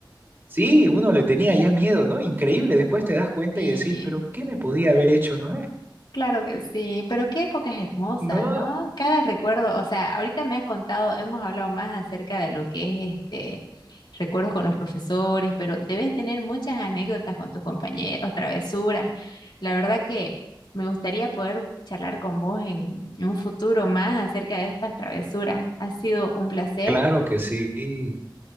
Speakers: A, on the right; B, on the left.
A: sí, uno le tenía ya miedo, ¿no? Increíble, después te das cuenta
B: Sí.
A: y decís, pero ¿qué me podía haber hecho, no es?
B: Claro que sí, pero qué épocas hermosas,
A: No,
B: ¿no? Cada recuerdo, o sea, ahorita me has contado, hemos hablado más acerca de lo que es este recuerdos con los profesores, pero debes tener muchas anécdotas con tus compañeros, travesuras. La verdad que me gustaría poder charlar con vos en, en un futuro más acerca de estas travesuras. Ha sido un placer
A: claro que sí,